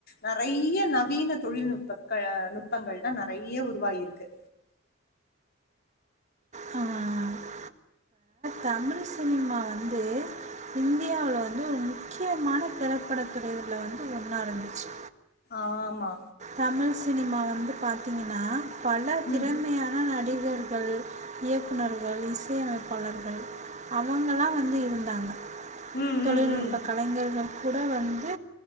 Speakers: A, on the left (about 45°); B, on the right (about 35°).
A: நறையா நவீன தொழில்நுட்ப நுட்பங்கள்லா நறைய உருவாகி இருக்கு
B: இப்போ தமிழ் சினிமா வந்து இந்தியாவில வந்து முக்கியமான திரைப்பட துறைகள்ல வந்து ஒன்னா இருந்துச்சு
A: ஆமா.
B: தமிழ் சினிமா வந்து பாத்திங்கன்னா பல திறமையான
A: ம்.
B: நடி கர்கள் இயக்குநர்கள் இசையமைப்பாளர் அவங்களா வந்து இருந்தாங்க
A: ம்,
B: தொழில்நுட்பக்
A: ம், ம்.
B: கலைஞர்கள் கூட வந்து